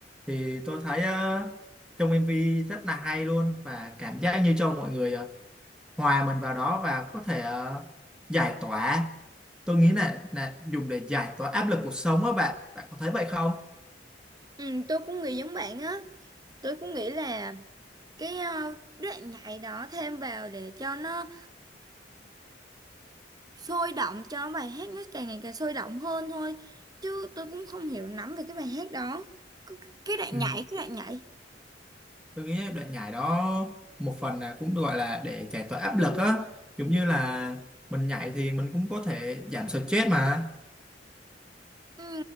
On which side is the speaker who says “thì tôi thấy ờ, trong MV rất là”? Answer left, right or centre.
Centre